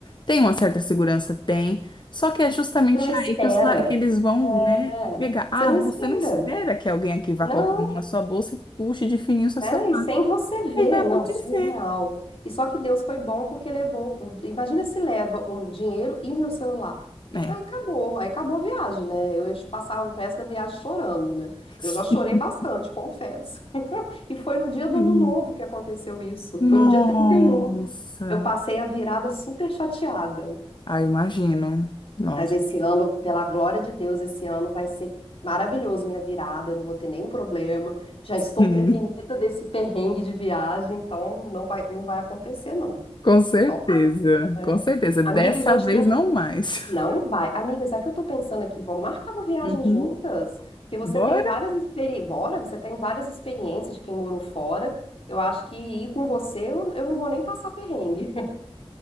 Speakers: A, on the left; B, on the left.
A: tem uma certa segurança, tem. Só que é justamente
B: você não espera.
A: aí que, os- que eles vão, né,
B: É,
A: pegar. Ah,
B: você não espera.
A: você não espera que alguém aqui vá
B: Não.
A: colocar a mão na sua bolsa e puxe de fininho seu
B: É,
A: celular.
B: e sem você ver,
A: Aí vai acontecer.
B: não, surreal. E só que Deus foi bom porque levou. o- Imagina se leva o dinheiro e o meu celular.
A: É.
B: Aí acabou, aí acabou a viagem, né? Eu ia passar o resto da viagem chorando, né? Eu
A: <laughs>
B: já chorei bastante, confesso. <laughs> E foi no dia do
A: Sim.
B: Ano Novo que aconteceu isso. Foi
A: Nossa.
B: no dia trinta e um Eu passei a virada super chateada.
A: Ah, imagino. Nossa.
B: Mas esse
A: <laughs>
B: ano, pela glória de Deus, esse ano vai ser maravilhoso minha virada, eu não vou ter nenhum problema. Já estou
A: Hum,
B: prevenida desse perrengue de viagem, então não vai, não vai acontecer, não.
A: Com certeza,
B: Então, é.
A: com certeza. Dessa
B: amiga, a gente
A: vez
B: tem que.
A: não mais.
B: Não vai. Amiga, sabe o que eu tô pensando aqui? Vamos marcar uma viagem
A: Uhum.
B: juntas? Porque você
A: Bora?
B: tem várias experiências. Bora, você tem várias experiências de quem morou fora. Eu acho que ir com você, eu, eu não vou nem passar perrengue,